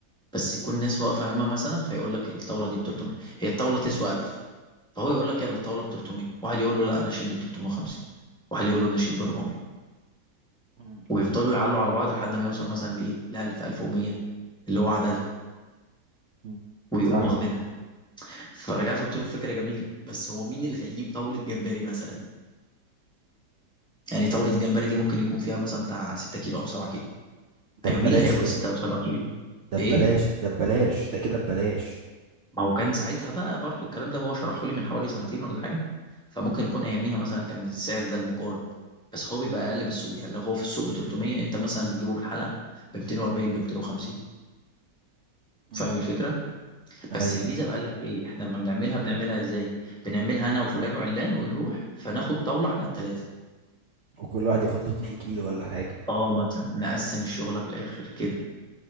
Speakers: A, in the centre; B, on the right.
A: بس يكون ناس واقفه يمه مثلا فيقول لك الطاوله دي ب 300 هي الطاوله تسوى 1000 فهو يقول لك يلا الطاوله ب 300 واحد يقول له لا انا اشيل ب 350 واحد يقول له انا اشيل ب 400
B: مم.
A: ويفضلوا يعلوا على بعض لحد ما يوصل مثلا لايه ل 1000 1100 اللي هو عدلها
B: مم.
A: ويقوموا
B: صح
A: واخدينها فرجعت قلت له فكره جميله بس هو مين اللي هيجيب طاوله جمبري مثلا يعني طاوله جمبري دي ممكن يكون فيها مثلا بتاع 6 كيلو او 7 كيلو
B: ده
A: ايوه
B: ببلاش
A: مين اللي هياكل
B: يا
A: 6
B: ابني.
A: او 7 كيلو
B: ده
A: ايه
B: ببلاش ده ببلاش ده كده ببلاش
A: ما هو كان ساعتها بقى برضو الكلام ده هو شرحه لي من حوالي سنتين ولا حاجة فممكن يكون أياميها مثلا كان السعر ده المقارب بس هو بيبقى أقل من السوق يعني لو هو في السوق ب 300 أنت مثلا بتجيبه من الحلقة ب 240 ب 250
B: مم.
A: فاهم الفكرة؟ بس
B: ايوه
A: الميزة
B: ايوه
A: بقى لك في إيه؟ إحنا لما بنعملها بنعملها إزاي؟ بنعملها أنا وفلان وعلان ونروح فناخد طاولة إحنا التلاتة
B: وكل واحد ياخد له 2 كيلو ولا حاجة
A: أه مثلا نقسم الشغلة في الآخر كده